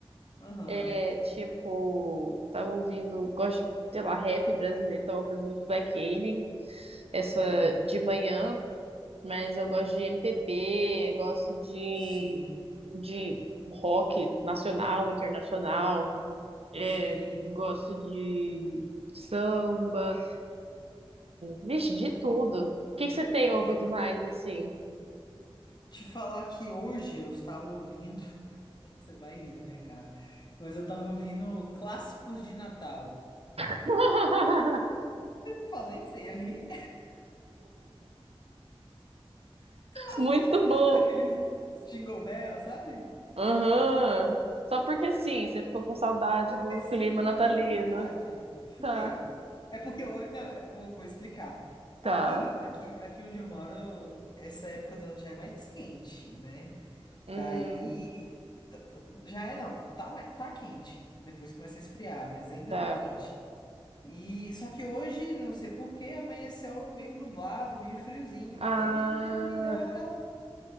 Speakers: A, on the left; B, on the right.
A: Aham,
B: É, tipo, tava ouvindo, gosto de, sei lá, rap brasileiro, tava ouvindo muito Black Alien, essa
A: aham.
B: de manhã. Mas eu gosto de MPB, eu gosto de,
A: Sim,
B: de rock nacional, internacional, é,
A: sim.
B: gosto de samba, vixe, de tudo. O que que você tem ouvido
A: Não.
B: mais assim?
A: Te falar que hoje eu estava ouvindo. <laughs> Você vai rir da minha cara. Mas eu estava ouvindo clássicos de Natal.
B: <laughs>
A: <laughs> Falei que você ia rir. Clássicos
B: Muito
A: natalinos,
B: bom.
A: aqueles Jingle Bell, sabe? Essas
B: Aham.
A: coisas.
B: Só porque sim, você ficou com saudade
A: Porque
B: do
A: sim,
B: clima
A: fiquei
B: natalino.
A: com vontade. Fiquei.
B: Tá,
A: É porque eu. Não, eu vou, vou explicar.
B: tá.
A: Aqui, aqui, aqui onde eu moro, essa época do ano já é mais quente, né?
B: Hum,
A: Daí. tá- tá- Já é não. Tá, mai- tá quente. Depois começa a esfriar, mas ainda
B: tá.
A: tá quente. E só que hoje, não sei por que, amanheceu meio nublado, meio friozinho.
B: Ah.
A: Aí me, me, me deu aquela.